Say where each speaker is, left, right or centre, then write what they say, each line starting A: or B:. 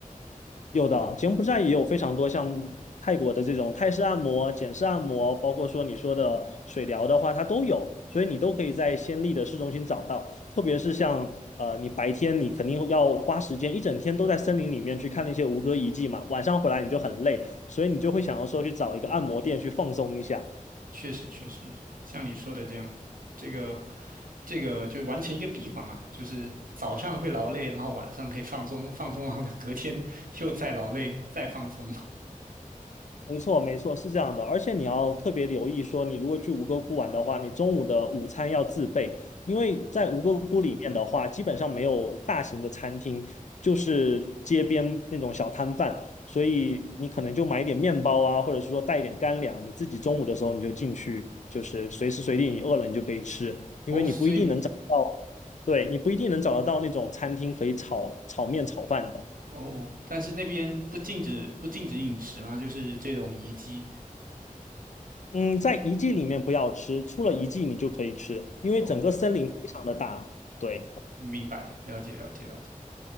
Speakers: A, on the left (about 60°); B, on the right (about 80°).
A: 有的，柬埔寨也有非常多像泰国的这种泰式按摩、简式按摩，包括说你说的水疗的话，它都有，所以你都可以在暹粒的市中心找到。特别是像呃，你白天你肯定要花时间，一整天都在森林里面去看那些吴哥遗迹嘛，晚上回来你就很累，所以你就会想要说去找一个按摩店去放松一下。
B: 确实确实，像你说的这样，这个这个就完成一个闭环嘛，就是早上会劳累，然后晚上可以放松，放松完了隔天 <laughs> 又再劳累，再放松。
A: 没错，没错，是这样的，而且你要特别留意说，你如果去吴哥窟玩的话，你中午的午餐要自备，因为在吴哥窟里面的话，基本上没有大型的餐厅，就是街边那种小摊贩，所以你可能就买一点面包啊，或者是说带一点干粮，你自己中午的时候你就进去，就是随时随地你饿了你就可以吃，因为你不一定能找到，
B: 哦，所以
A: 对，你不一定能找得到那种餐厅可以炒炒面炒饭的。
B: 哦，但是那边不禁止不禁止饮食嘛，就是这种遗机
A: 嗯，在遗迹里面不要吃，出了遗迹你就可以吃，因为整个森林非常的大。
B: 哦，
A: 对
B: 明白，了解了解了解，